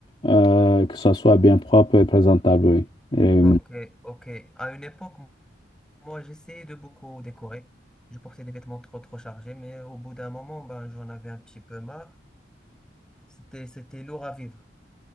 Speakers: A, on the left; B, in the centre.
A: euh, que ça soit bien propre et présentable, oui. Et,
B: Ok, ok. À une époque, m- moi, j'essayais de beaucoup décorer. Je portais des vêtements trop, trop chargés, mais au bout d'un moment, ben, j'en avais un petit peu marre. C'était, c'était lourd à vivre.